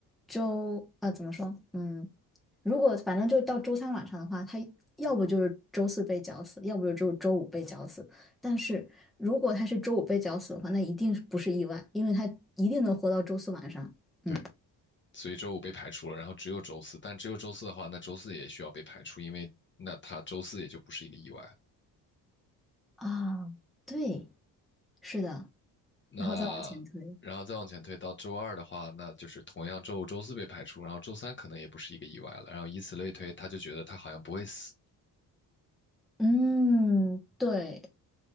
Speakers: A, in the centre; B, on the left.
A: 周，呃，怎么说？嗯，如果反正就到周三晚上的话，他要不就是周四被绞死，要不就只有周五被绞死。但是如果他是周五被绞死的话，那一定是不是意外，因为他一定能活到周四晚上。嗯，
B: 对，所以周五被排除了，然后只有周四，但只有周四的话，那周四也需要被排除，因为那他周四也就不是一个意外了。
A: 啊，对，是的，
B: 那然后再往前推到周二的话，
A: 然后再往前推。
B: 那就是同样周五、周四被排除，然后周三可能也不是一个意外了，然后以此类推，他就觉得他好像不会死。
A: 嗯，对，